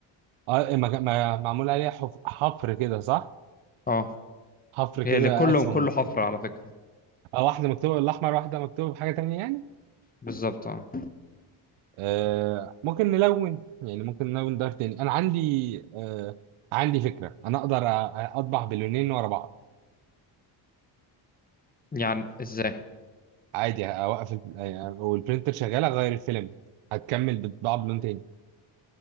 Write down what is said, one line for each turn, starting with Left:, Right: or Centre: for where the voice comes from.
Right: اه ما- ما- معمول عليها حف- حفر كده صح
Left: اه
Right: حفر كده
Left: هي اللي كله
Right: اسهم
Left: كله
Right: مكتوب
Left: حفرة على فكرة
Right: او واحده مكتوبه بالاحمر واحده مكتوبه بحاجه تانية يعني
Left: بالظبط اه
Right: آه ممكن نلون يعني ممكن نلون دار تاني انا عندي آه عندي فكره انا اقدر أ- اطبع باللونين ورا بعض
Left: يعني ازاي
Right: عادي اوقف ال- يعني والبرنتر شغاله اغير الفيلم هتكمل بتطبع بلون تاني